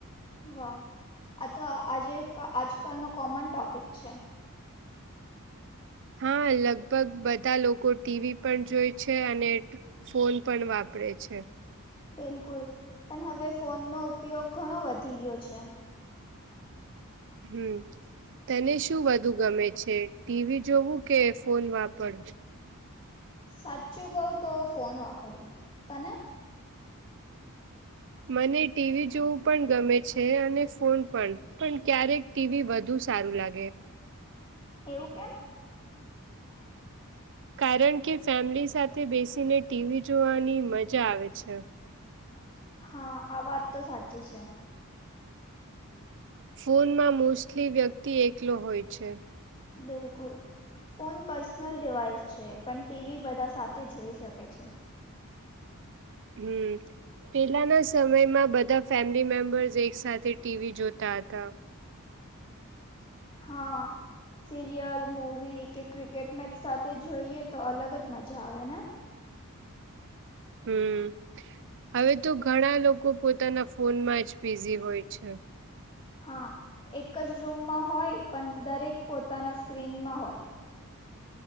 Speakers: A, on the left (about 25°); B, on the right (about 55°).
A: વાહ આ તો આજે આજકાલનો કોમન ટોપિક છે.
B: હા લગભગ બધા લોકો ટીવી પણ જોઈ છે અને. ફોન પણ વાપરે છે.
A: બિલકુલ પણ હવે ફોનનો ઉપયોગ ઘણો વધી ગયો છે.
B: હમ. તને શું વધુ ગમે છે ટીવી જોવું કે ફોન વાપર.
A: સાચું કવ તો ફોન વાપરવું તને.
B: મને ટીવી જોવું પણ ગમે છે અને ફોન પણ. પણ ક્યારેક ટીવી વધુ સારું લાગે.
A: એવું કેમ. <inaudible>
B: કારણ કે ફેમિલી સાથે બેસીને ટીવી જોવાની મજા આવે છે.
A: હા આ વાત તો સાચી છે.
B: ફોનમાં મોસ્ટલી વ્યક્તિ એકલો હોય છે.
A: બિલકુલ. ફોન પર્સનલ ડિવાઇસ છે પણ ટીવી બધા સાથે જોઈ શકે છે.
B: હમ. પેલાના સમયમાં બધા ફેમિલી મેમ્બર્સ એક સાથે ટીવી જોતા હતા.
A: હા. સિરિયલ મૂવી કે ક્રિકેટ મેચ સાથે જોઈએ તો અલગજ મજા આવેને.
B: હમ. હવે તો ઘણા લોકો પોતાના ફોનમાંજ બિઝી હોય છે.
A: હા એકજ રૂમમાં હોય પણ દરેક પોતાના સ્ક્રીનમાં હોય.